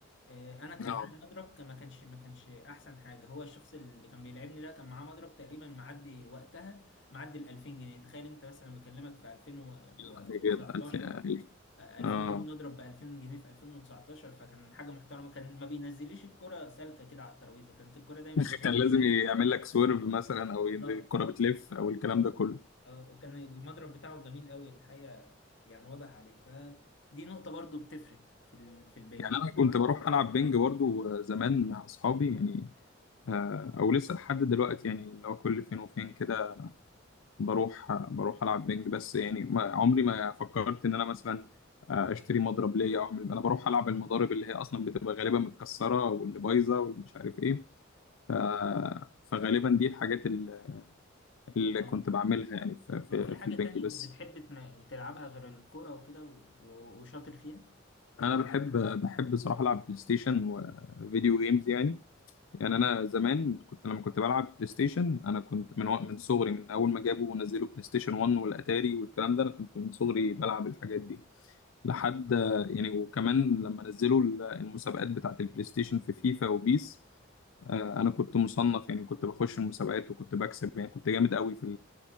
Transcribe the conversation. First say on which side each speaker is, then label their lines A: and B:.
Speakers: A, on the left; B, on the left.
A: آه، انا كان
B: يعني
A: معايا مضرب كان- ما كانش ما كانش احسن حاجه هو الشخص اللي كان بيلعبني ده كان معاه مضرب تقريبا معدي وقتها معدي ال 2000 جنيه تخيل انت مثلا بكلمك في 2019
B: يا نهار أبيض، ألف ألف
A: آه، 2000
B: اه
A: جنيه مضرب ب 2000 جنيه في 2019 فكان حاجه محترمه كان ما بينزليش الكره سالكه كده على الترابيزه كانت الكره دايما
B: <laughs>
A: جايه
B: كان لازم
A: لي
B: يعمل لك سويرف مثلا او
A: بالظبط
B: ينزل الكرة بتلف او الكلام ده كله
A: اه وكان المضرب بتاعه جميل قوي الحقيقة يعني واضح عليه فدي نقطة برضو بتفرق في ال... في البنج
B: يعني انا كنت بروح العب بينج برضو زمان مع اصحابي يعني آه، او لسه لحد دلوقتي يعني اللي هو كل فين وفين كده بروح بروح العب بينج بس يعني ما عمري ما فكرت ان انا مثلا آه، اشتري مضرب ليا او اعمل انا بروح العب المضارب اللي هي اصلا بتبقى غالبا متكسره واللي بايظه واللي مش عارف ايه ف... فغالبا دي الحاجات اللي اللي
A: اه
B: كنت بعملها يعني في في,
A: طب في حاجة
B: في البنج
A: تانية
B: بس
A: بتحب تن- بتلعبها غير الكورة وكده و... و- وشاطر فيها؟
B: انا بحب بحب صراحه العب بلاي ستيشن وفيديو جيمز يعني يعني
A: مم.
B: انا زمان كنت لما كنت بلعب بلاي ستيشن انا كنت من وق- من صغري من اول ما جابوا ونزلوا بلاي ستيشن 1 والاتاري والكلام ده انا كنت من صغري بلعب الحاجات دي لحد يعني وكمان لما نزلوا ال- المسابقات بتاعت البلاي ستيشن في فيفا وبيس آه، انا كنت مصنف يعني كنت بخش المسابقات وكنت بكسب يعني كنت جامد قوي في